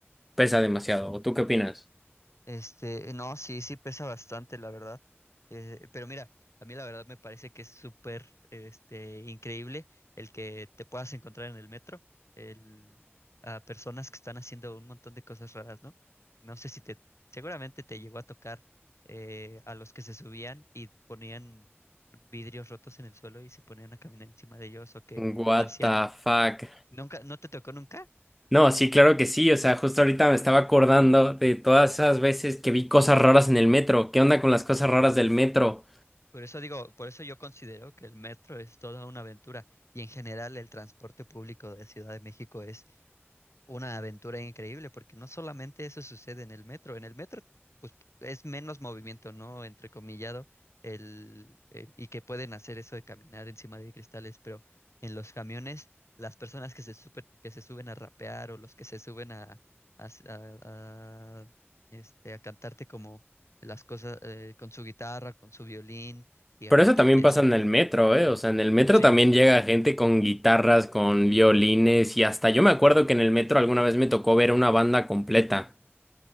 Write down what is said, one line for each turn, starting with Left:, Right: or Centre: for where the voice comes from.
Centre: pesa demasiado. ¿o ¿Tú qué opinas?
Left: Este, no, sí, sí pesa bastante, la verdad. Eh, pero mira, a mí la verdad me parece que es súper, este, increíble el que te puedas encontrar en el metro el, a personas que están haciendo un montón de cosas raras, ¿no? No sé si te, seguramente te llegó a tocar eh, a los que se subían y ponían vidrios rotos en el suelo y se ponían a caminar encima de ellos o que
Centre: What
Left: hacían,
Centre: the fuck.
Left: nunca, ¿no te tocó nunca?
Centre: No, sí, claro que sí. O sea, justo ahorita me estaba acordando de todas esas veces que vi cosas raras en el metro. ¿Qué onda con las cosas raras del metro?
Left: Por eso digo, por eso yo considero que el metro es toda una aventura y en general el transporte público de Ciudad de México una aventura increíble, porque no solamente eso sucede en el metro, en el metro pues es menos movimiento, ¿no? Entrecomillado, el, el- y que pueden hacer eso de caminar encima de cristales, pero en los camiones, las personas que se, supe- que se suben a rapear o los que se suben a, a, s- a- a, este, a cantarte como las cosas eh, con su guitarra, con su violín y a
Centre: Pero
Left: cantarte
Centre: eso también
Left: y
Centre: pasa
Left: así.
Centre: en el metro, ¿eh? O sea, en el metro
Left: Sí.
Centre: también llega gente con guitarras, con violines y hasta yo me acuerdo que en el metro alguna vez me tocó ver una banda completa.